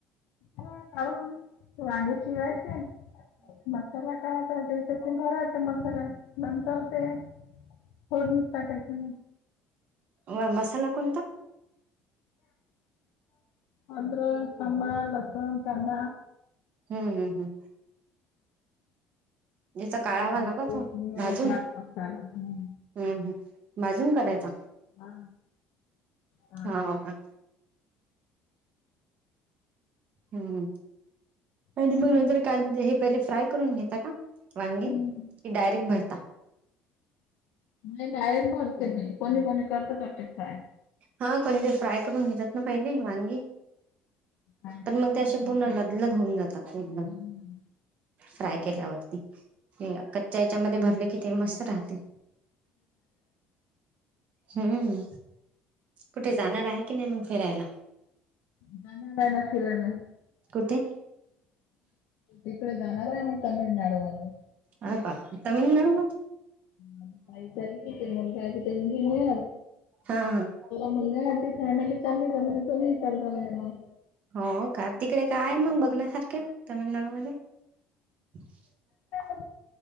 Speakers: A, on the left; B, on the right.
A: म काून वांगे पिवायचे मसाला कायचा तर त भरायच मसाला नंतर ते होड निघ टाकायच मग
B: व मसाला कोणता
A: अ्र साांबळ लसुण चंग
B: हम्म हम् हम् ज्याचा
A: हे
B: काळावा
A: भाजी
B: लाग तो
A: हे
B: भाजून
A: चाट मसाला. हम्म.
B: हम्म हम् भाजून कराायचा
A: हा ह
B: हा का हम् आणि
A: ते-
B: मग नंतर कांदे हे पहिले फ्राय करून घेता का वंगी
A: हम्म.
B: डयरेक्ट बरता
A: नाही गायरन भरते मी कोणी कोणी करत टी फाय
B: हा कोणीतरी फ्राय करून घेतात ना पहिले वांगी
A: काय नंतर
B: पण मग ते असे पूर्ण लदलद
A: मसाल्या्
B: होऊन जातात एकदम फ्राय केल्यावरती क त्याच्यामध्ये भरले कि ते मस्त राहते हम्म कुठे जाणार आहे की नाही मग फिरायला
A: नाही ना नाही ना फिर ना
B: कुतीे
A: तिकडे जाणार आहे आम्ही तमिळनाडू मध्ये
B: अ प तमिळनाडू म
A: मा काही झाली ते मुलगा तिथ इंजिनिर
B: हा हा
A: म्हण त फॅमिली चालली जा म्हण तुम्ही ल म्ह
B: हो का तिकडे काय मग बघण्यासारखे तामिळनाडूमध्येध्ये <inaudible>
A: हो